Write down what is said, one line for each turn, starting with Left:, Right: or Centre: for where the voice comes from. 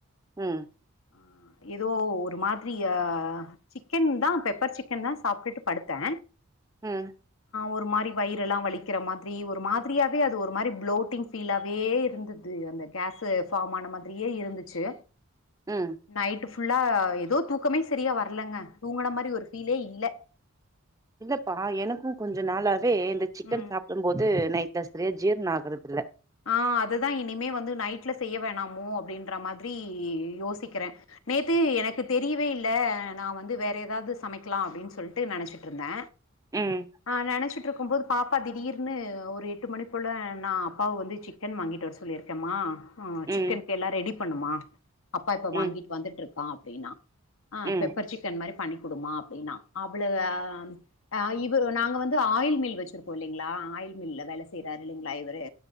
Right: உம்
Left: ஹ ஏதோ ஒரு மாதிரி சிக்கன் தா பெப்பர் சிக்கன் தா சாப்ட்டுட்டு படுத்த
Right: உம்ஹ்
Left: ஒரு மாரி வயிரெல்லா வலிக்கிற மாதிரி ஒரு மாதிரியாவே அது ஒரு மாரி புளோட்டிங் ஃபீலாவே இருந்துது அந்த கேஸு ஃபாம் ஆன மாதிரியே இருந்துச்சு
Right: ம்
Left: நைட்டு ஃபு ஃபுல்லா எதோ தூக்கமே செரியா வரலெங்க தூங்குன மாரி ஒரு ஃபீலே இல்ல
Right: இல்லப்பா எனக்கு கொஞ்ச நாளா வே இந்த சிக்கன்
Left: ம்
Right: சாப்டம் போது நை டு செரிய ஜீர்ணா <unintelligible> தில்ல
Left: அ அதுதா இனிமே வந்து நைட்ல செய்ய வேணாமோ அப்டின்ற மாதிரி யோசிக்கிறே நேத்து எனக்கு தெரியவே இல்ல நா வந்து வேற எதாவ்து சமைக்லா அப்டின் சொல்ட்டு நெனச்சிட்டுருந்த
Right: ம்
Left: அ நெனச்சிட் டுருக்கும் போது பாப்பா திடீர்ன்னு ஒரு எட்டு மணி போல நா கா வந்து சிக்கன் வாங்கிட்டு வர சொன் சொல்லிருக்கமா அ சிக்கன்க்கெல்லா
Right: ம்
Left: ரெடி பண்ணுமா அப்பா இப்ப
Right: ம்
Left: வாங்கிட்டு வந்துட்டுரு கா அப்டினா அ
Right: ம்
Left: பெப்பர் சிக்கன் மாரி பண்ணி குடுமா அப்டினா அவ்ளு அ இவர் நாங்க வந்து ஆயில் மில் வெச்சிருக்கோ இல்லிங்ளா ஆயில் மில்ல வேல செய்யறாரு இல்லைங்ளா இவரு